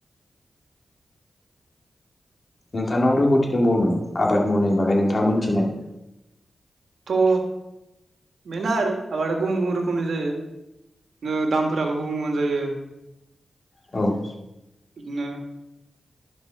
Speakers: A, on the left; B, on the right.
A: नोंथांनाव रोंगौथि दंबावो नामा आबाद मावनायनि बागै नोंथाङा मोनथिनाय
B: थ बेनो आरो आबादा गुबुन गुबुन रोखोमनि जायो नो दामफोराबो गुबुन गुबुन जायो
A: औ
B: बिदिनो